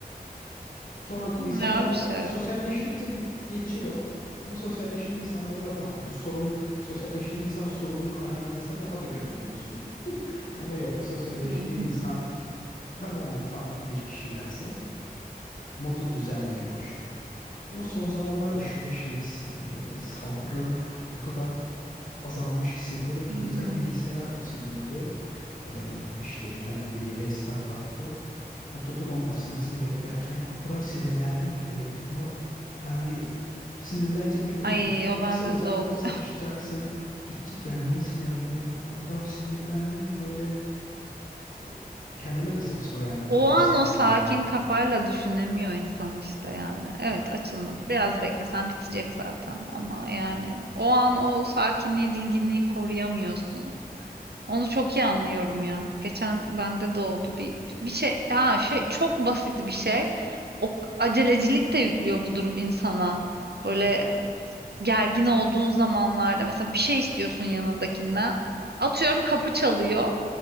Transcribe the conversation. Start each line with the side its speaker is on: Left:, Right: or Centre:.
Left: Sonra
Right: Ne
Left: insanlarla
Right: bir şey.
Left: sosyalleştikçe bir tık geçiyor. Ama sosyalleştiğin insanlara da bağlı. Bu sorun sosyalleştiğin insan sorunun kaynağıysa daha da kötü oluyorsun. <laughs> Ama yok sosyalleştiğin
Right: Hı
Left: insan
Right: hı.
Left: tamamen farklı bir kişilerse modun düzelmeye başlıyor. Ama son zamanlar aşırı şey hissediyorum böyle sabrım o kadar azalmış hissediyorum ki
Right: hı
Left: geçen
Right: hı.
Left: bilgisayar açılmıyordu. Ee, işteyken bir restart attı. Oturdum onun açılmasını beklerken o kadar sinirlendim ki böyle ama yani sinirlenecek bir durum
Right: Ay
Left: yok. E,
Right: o
Left: açılacak,
Right: bende de oluyor.
Left: çalışacaksın, gidecek yani niye sinirleniyorsun? O kadar sinirlendim ki böyle e, kendime de saçma
Right: <laughs>
Left: geldi bu
Right: O
Left: kadar
Right: an
Left: sinirlenmemeliydi.
Right: o sakin kafayla düşünemiyor insan işte yani. Evet açılmadı. Biraz beklesen bitecek zaten ama yani o an o sakinliği, dinginliği koruyamıyorsun. Onu çok iyi anlıyorum ya. Geçen bende de oldu bir bir şey. Ha şey çok basit bir şey. O acelecilik de yüklüyor bu durum insana. Böyle gergin olduğun zamanlarda mesela bir şey istiyorsun yanındakinden. Atıyorum kapı çalıyor.